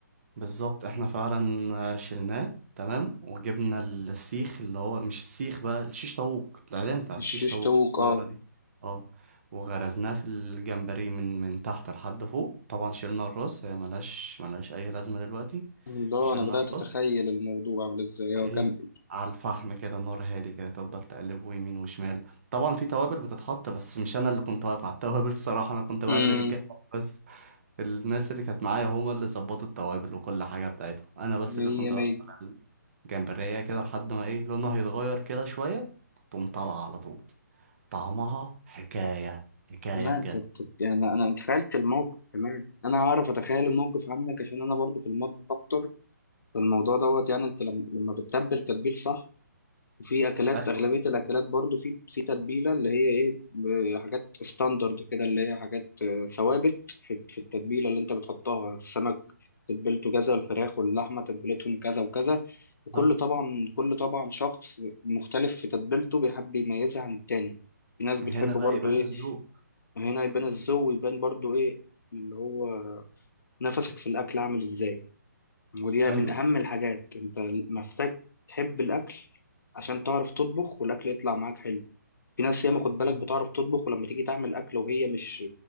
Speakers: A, on the right; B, on the left.
A: بالظبط احنا فعلا شلناه تمام وجبنا السيخ اللي هو مش السيخ بقى الشيش طاووق العلام بتاعت
B: مش
A: الشيش
B: يشتوك
A: طاووق الصغيرة
B: أه
A: دي اه وغرزناه في الجمبري من من تحت لحد فوق طبعا شلنا الراس هي ملهاش ملهاش أي لازمة دلوقتي
B: الله
A: شلنا
B: أنا بدأت
A: الراس
B: أتخيل الموضوع عامل إزاي
A: وإيه
B: أه كم
A: على الفحم كده نار هادي كده تفضل تقلبه يمين وشمال طبعا في توابل بتتحط بس مش أنا اللي كنت واقف على التوابل الصراحة أنا كنت بقلب
B: أمم
A: الجنب بس الناس اللي كانت معايا هما اللي ظبطوا التوابل وكل حاجة بتاعتهم أنا بس
B: مية
A: اللي كنت
B: مية
A: واقف على الجمبرية كده لحد ما إيه لونها هيتغير كده شوية تقوم طالعة على طول طعمها حكاية حكاية
B: لا
A: بجد
B: أنت بت... يعني أنا أنا تخيلت الموقف كمان أنا هعرف أتخيل الموقف عنك عشان أنا برضو في المطبخ أكتر فالموضوع دوت يعني أنت لما لما بتتبل تتبيل صح وفي اكلات
A: أيوة
B: اغلبيه الاكلات برضو في في تتبيله اللي هي ايه ب- حاجات ستاندرد كده اللي هي حاجات آه، ثوابت في في التتبيله اللي انت بتحطها السمك تتبيلته كذا والفراخ واللحمه تتبيلتهم كذا وكذا
A: بالظبط
B: وكل طبعا كل طبعا شخص مختلف في تتبيلته بيحب يميزها عن التاني في ناس بتحب
A: هنا
B: برضو
A: بقى يبان
B: ايه
A: الذوق
B: هنا يبان الذوق ويبان برضو ايه اللي هو نفسك في الاكل عامل ازاي ودي
A: أيوه
B: من أهم الحاجات أنت محتاج تحب الأكل عشان تعرف تطبخ والأكل يطلع معاك حلو في ناس ياما خد بالك
A: بالظبط.
B: بتعرف تطبخ ولما تيجي تعمل أكل وهي مش